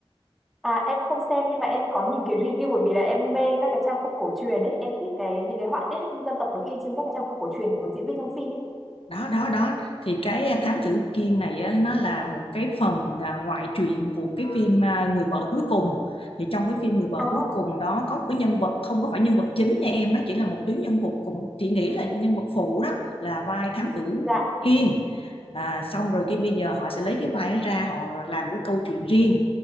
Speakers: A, in the centre; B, on the left.
A: À em không xem nhưng mà em có nhìn cái review bởi vì là em mê các cái trang phục cổ truyền ấy, em thích cái những cái họa tiết dân tộc được in trên các cái trang phục cổ truyền của diễn viên trong phim ấy.
B: đó đó đó thì cái thám tử Kiên này á, nó là một cái phần à, ngoại truyện của cái phim à, Người vợ cuối cùng thì trong cái phim Người vợ
A: À,
B: cuối cùng đó có một cái nhân vật không có phải nhân vật chính nha em nó chỉ là một tuyến nhân vật cùng chị nghĩ là nhân vật phụ đó là vai thám tử
A: dạ,
B: Kiên à, xong rồi cái bây giờ họ sẽ lấy cái vai đó ra họ làm một cái câu chuyện riêng